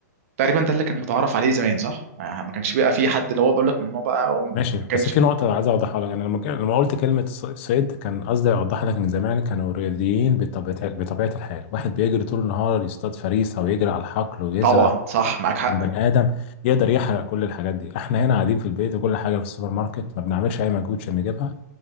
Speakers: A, on the right; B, on the left.
A: تقريبا ده اللي كان متعارف عليه زمان صح؟ ما ما كانش بقى في حد اللي هو بيقول لك ممنوع بقى وما
B: ماشي
A: كانش
B: بس في نقطة عايز أوضحها لك أنا لما ك- لما قلت كلمة الص- صيد كان قصدي أوضح لك إن زمان كانوا رياضيين بطبيعة بطبيعة الحال واحد بيجري طول النهار يصطاد فريسة ويجري على الحقل ويزرع
A: طبعا صح معاك حق
B: كان بني آدم يقدر يحرق كل الحاجات دي إحنا هنا قاعدين في البيت وكل حاجة في السوبر ماركت ما بنعملش أي مجهود عشان نجيبها